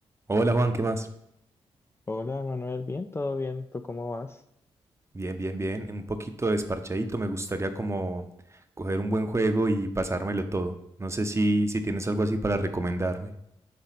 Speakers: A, on the right (about 25°); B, on the left (about 20°).
A: Hola Juan, ¿qué más?
B: Hola Manuel, bien, todo bien, ¿tú cómo vas?
A: Bien, bien, bien. Un poquito desparchadito. Me gustaría como coger un buen juego y pasármelo todo. No sé si, si tienes algo así para recomendarme.